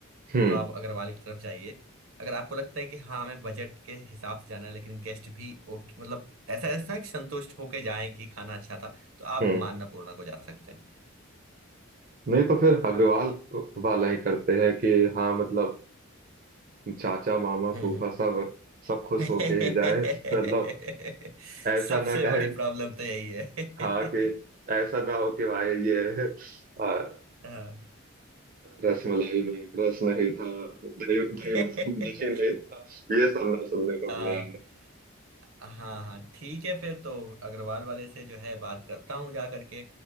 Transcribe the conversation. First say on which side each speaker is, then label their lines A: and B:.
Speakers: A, on the right; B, on the right.
A: हम्म
B: तो आप अग्रवाल की तरफ जाइए अगर आपको लगता है कि हाँ हमें बजट के हिसाब से जाना है लेकिन गेस्ट भी ओके मतलब ऐसा ऐसा है कि संतुष्ट होके जाएं कि खाना अच्छा था तो आप
A: हम्म
B: मान्नापूर्णा को जा सकते हैं
A: नहीं तो फिर अग्रवाल वाला ही करते हैं कि हाँ मतलब चाचा मामा
B: हम्म
A: फूफा
B: हम्म
A: सब सब
B: <laughs>
A: खुश
B: सबसे
A: होके ही जाए मतलब ऐसा ना कहे
B: बड़ी प्रॉब्लम तो यही है
A: हाँ कि ऐसा ना हो कि भाई ये आ, आ,
B: <laughs> हाँ
A: रसमलाई में रस नहीं था दही दही
B: <laughs>
A: मस- दही नहीं था ये सब ना सुनने को
B: हाँ
A: मिले यार
B: हाँ हाँ ठीक है फिर तो अग्रवाल वाले से जो है बात करता हूँ जा करके